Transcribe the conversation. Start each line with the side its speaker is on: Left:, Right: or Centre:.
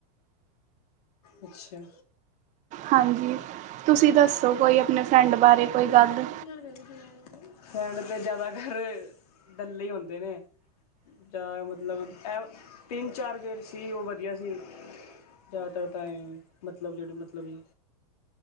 Left: ਅੱਛਾ।
Right: ਹਾਂਜੀ। ਤੁਸੀਂ ਦੱਸੋ ਕੋਈ, ਆਪਣੇ ਫਰੈਂਡ ਬਾਰੇ, ਕੋਈ ਗੱਲ।
Left: ਲੜ ਗ <unintelligible> ਫਰੈਂਡਹ ਤੇ ਜਿਆਦਾਤਰ, ਕੱਲੇ ਹੀ ਹੁੰਦੇ ਨੇ। ਤਾਂ ਮਤਲਬ, ਐ ਤਿੰਨ-ਚਾਰ ਜਿਹੜੇ ਸੀ। ਉਹ ਵਧੀਆ ਸੀ। ਜ਼ਿਆਦਾ ਤਾਈਂ, ਮਤਲਬ ਜਿਹੜੇ, ਮਤਲਬੀ